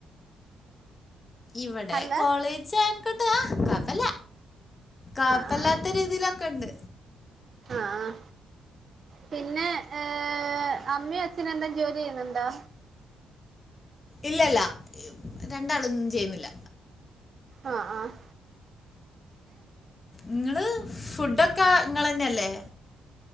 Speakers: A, on the left; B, on the right.
A: ഇവിടെ
B: അല്ല
A: കോളേജ് ആയേൻക്കൊണ്ട് ആ കൊയപല്ല കാപ്പല്ലാത്ത
B: ആഹ്
A: രീതിയിലൊക്കെണ്ട്
B: ആഹ് പിന്നെ ഏ അമ്മിം അച്ഛനും എല്ലാം ജോലി ചെയ്യുന്നുണ്ടോ
A: ഇല്ലല്ല രണ്ടാളൊന്നും ചെയ്യുന്നില്ല
B: ആ ആ
A: ഇങ്ങള് ഫുഡൊക്കാ ഇങ്ങളെ ന്നെയല്ലേ